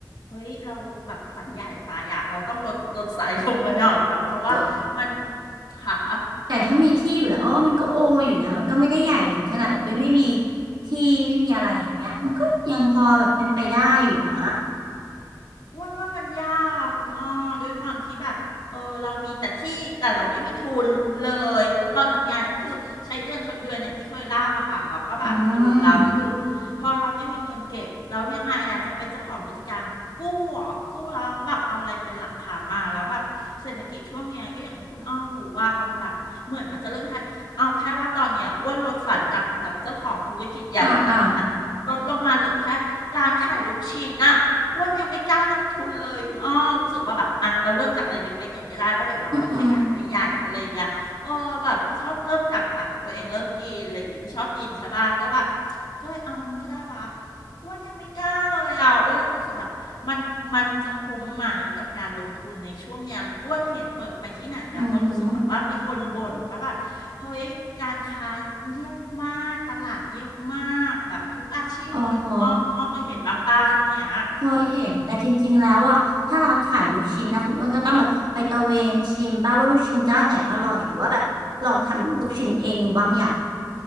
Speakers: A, on the left; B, on the right.
A: เฮ้ยเราแบบฝันใหญ่ไปอะเราต้องลดลดไซส์ลงมาหน่อยแบบเพราะว่ามัน
B: ก็
A: ค่ะ
B: แต่ถ้ามีที่อยู่แล้วอ๋อมันก็โออยู่นะมันก็ไม่ได้ใหญ่ถึงขนาดแบบเอ้ยไม่มีที่ไม่มีอะไรอย่างเงี้ยมันก็ยังพอแบบเป็นไปได้อยู่นะ
A: อ้วนว่ามันยากคุณอ้อด้วยความที่แบบเออเรามีแต่ที่แต่เราไม่มีทุนเลยเพราะตอนทำงานก็คือใช้เดือนชนเดือนอย่างที่เคยเล่าอะค่ะแล้วก็แบบสรุปแล้วก็คือ
B: อืม
A: พอเราไม่มีเงินเก็บแล้วยังไงอะจะเป็นเจ้าของกิจการกู้เหรอกู้แล้วแบบเอาอะไรเป็นหลักค้ำมาแล้วแบบเศรษฐกิจช่วงเนี้ยก็อย่างที่คุณอ้อรู้ว่ามันแบบเหมือนมันจะเริ่มทันเอาแค่ว่าตอนเนี้ยอ้วนลดฝันจากแบบเจ้าของธุรกิจใหญ่ขนาดนั้นนะลดลงมาเหลือแค่ร้านขายลูกชิ้นอะ
B: อ่าอ่า
A: อ้วนยังไม่กล้าลงทุนเลยคุณอ้อรู้สึกว่าแบบอ่ะเราเริ่มจากอะไรเล็กๆก่อนก็ได้แล้วเดี๋ยวเราค่อยขยายไปใหญ่อะไรอย่างเงี้ยเออแบบชอบเริ่มจากอะตัวเองเริ่มกินอะไรอย่างเงี้ยชอบกินใช่ป่ะก็แบบ
B: อืมอืม
A: ก็เลยเอาอันนี้ก็ได้วะอ้วนยังไม่กล้าเลยอ่ะอ้วนยังรู้สึกแบบมันมันจะคุ้มไหมกับการลงทุนในช่วงเนี้ยอ้วนเห็นเปิดไปที่ไหนอ่ะก็รู้สึกแบบว่ามีคนบ่นว่าแบบเฮ้ยการค้าเงียบมากตลาดเงียบมากแบบทุกอาชีพเลยคุณอ้อคุณอ้อเคยเห็นบ้างป้าช่วงเนี้ย
B: อือหืออ๋อฮะเคยเห็นแต่จริงๆแล้วอ่ะถ้าร้านขายลูกชิ้นนะคุณอ้วนก็ต้องแบบไปตะเวนชิมป้าว่าลูกชิ้นเจ้าไหนอร่อยหรือว่าแบบลองทำลูกชิ้นเองดูบ้างอย่าง